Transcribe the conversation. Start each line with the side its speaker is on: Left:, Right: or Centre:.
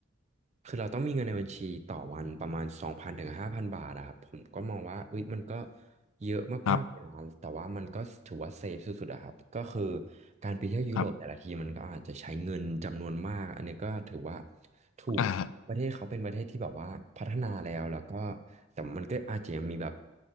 Right: คือเราต้องมีเงินในบัญชีต่อวันประมาณสองพันถึงห้าพันบาทอะครับผมก็มองว่าเอ้ยมันก็เยอะมากๆเลยนะแต่ว่ามันก็ถือว่าเซฟสุดๆอะครับก็คือ
Left: ครับ
Right: การไปเที่ยวยุโรปแต่ละทีมันก็อาจจะใช้เงินจำนวนมากอันนี้ก็ถือว่า
Left: ครับ
Right: ถูก
Left: อ่า
Right: ประเทศเขาเป็นประเทศที่แบบว่าพัฒนาแล้วแล้วก็แต่มันก็อาจจะยังมีแบบ